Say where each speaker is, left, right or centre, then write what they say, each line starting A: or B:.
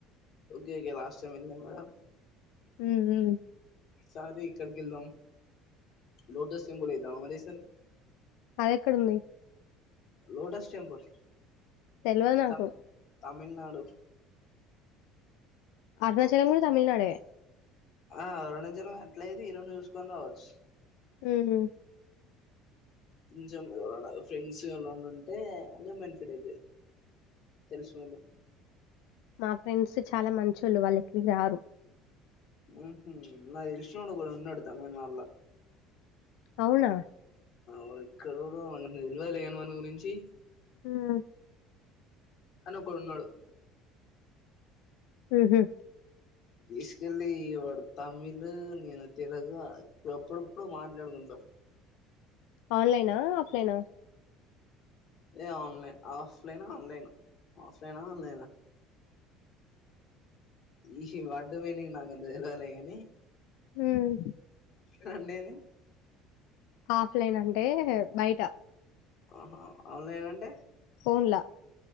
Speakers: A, on the left (about 45°); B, on the left (about 80°).
A: ఓకే ఓకే లాస్ట్ టైం ఎల్లాం కదా
B: హామ్ హ్
A: సారే ఇక్కడకి వెళ్దాం లోటస్ టెంబల్ వేద్దామా ఈసారి
B: అదెక్కడుంది
A: లోటస్ టెంపుల్
B: తెలివదు నాకు
A: త తమిళనాడు
B: అరుణాచలం కూడా తమిళనాడే
A: ఆ అరుణాచలం అట్లది ఈ రెండు చూసుకొని రావచ్చు
B: ఉ హామ్
A: కొంచెం ఎవరన్నా ఫ్రెండ్స్ ఎవలన్నా ఉంటే కొంచెం బెనిఫిట్ అయితది తెలుసినోలు
B: మా ఫ్రెండ్స్ చాలా మంచోళ్ళు వాళ్ళ ఎక్కడికి రారు
A: మ్మ్ హ్ నాకు తెలిసినోడు ఒకడున్నాడు తమిళనాడులో
B: అవునా
A: వాడిక్కడోడు తెల్వదులే వాని గురించి
B: మ్మ్
A: ఒక్కడున్నాడు
B: మ్మ్ హ్
A: తీసుకెళ్లి వాడు తమిళ నేను తెలుగు అప్పుడప్పుడు మాట్లాడుకుంటాం
B: ఆన్లైనా ఆఫ్లైనా
A: ఏ ఆన్లైన్ ఆఫ్లైన్ ఆన్లైన్ ఆఫ్లైన్ ఆన్లైనా ఇష్ వర్డ్ మీనింగ్ నాకు తెలవదులే గానీ
B: హామ్
A: రండేది
B: ఆఫ్లైన్ అంటే బయట
A: ఆహా ఆన్లైన్ అంటే
B: ఫోన్ల